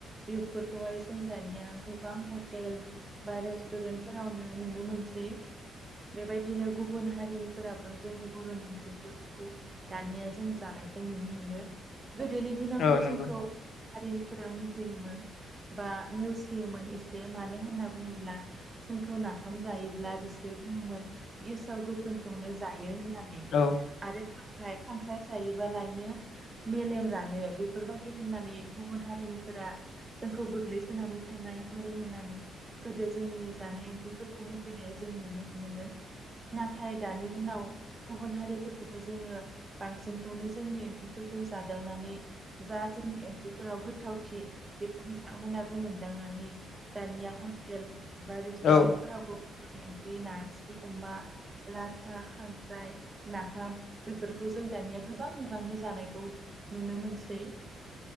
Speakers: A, on the right (about 25°); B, on the left (about 65°).
A: बेफोरखौहाय जों दानिया गोबां हटेल बा रेस्टुरेन्ट फोरावनो नुनो मोनसै बेबायदिनो गुबुन हारिनिफोराबो जोंनि बर'नि ओंख्रिफोरखौ दानिया जों जानायखौ नुनो मोनो गोदोनि दिनावथ'
B: औ नंगौ
A: जोंखौ हारिनिफोरा मुगैयोमोन बा नेवसियोमोन एसे मानो होनना बुङोब्ला जोंखौ नाफाम जायोब्ला बिसोर बुङोमोन गेसाव गोफोनखौनो जायो होननानै
B: औ
A: आरो खांख्राय खांख्राय जायोबालायनो मेलेम रानो बेफोरबायाददि होननानै गुबुन हारिनिफोरा जोंखौ गोग्लैसोनानै थानाय हारि होननानै गोदो जोंनि जानाय ओंख्रिफोरखौ मुगैनाय जों नुनो मोनोमोन नाथाय दानि दिनाव गुबुन हारिफोरखौबो जोङो बांसिनखौनो जोंनि ओंख्रि खौ जादावनानै जा जोंनि ओंख्रिफोराव गोथावथि बेखौ बिथांमोनाबो मोनदांनानै दानिया हटेल बा रेस्टुरेन्ट
B: औ
A: फोरावबो ब ओंख्रि नारजि अमा लाथा खांख्राइ नाफाम बेफोरखौ जों दानिया गोबां बिबांनि जानायखौ नुनो मोनसै